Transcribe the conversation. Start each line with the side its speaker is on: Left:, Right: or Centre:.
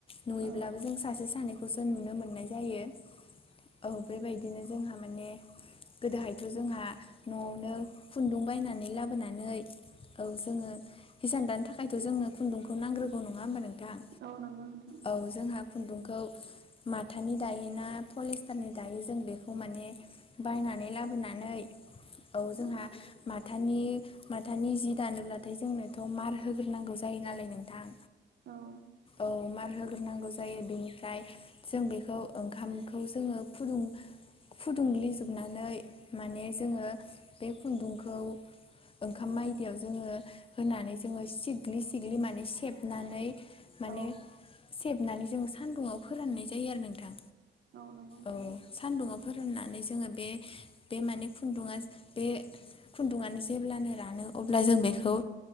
Left: नुयोब्लाबो
Right: औ
Left: जों सासे सानैखौसो नुनो मोननाय जायो औ बेबायदिनो जोंहा माने गोदोहायथ' जोंहा न'आवनो खुन्दुं बायनानै लाबोनानै औ जोङो हिसान दानो थाखायथ' जोंनो खुन्दुंखौ नांग्रोगौ नङा होमबा नोंथांा
Right: औ नंगौ नोंथां
Left: औ जोंहा खुन्दुंखौ माथानि दायो ना पलिस्टारनि दायो जों बेखौ माने बायनानै लाबोनानै औ जोंहा
Right: औ
Left: माथानि माथानि जि दानोब्लाथाय जोंनोथ' मार होग्रोनांगौ जायो नालाय नोंथां
Right: औ
Left: औ मार होग्रोनांगौ जायो बेनिफ्राय जों बेखौ ओंखामखौ जोङो फुदुं फुदुं्लिजोबनानै माने जोङो बे खुन्दुंखौ ओंखाम मायदियाव जोङो होनानै जोङो सिग्लि सिग्लि माने सेबनानै माने
Right: औ
Left: सेबनानै जोङो सान्दुङाव फोराननाय जायो आरो नोंथां
Right: औ नंगौ नोंथां
Left: औ सान्दुङाव फोरुननानै जोङो बे बे माने खुन्दुा बे खुन्दुङनो जेब्लानो रानो अब्ला जों बेखौ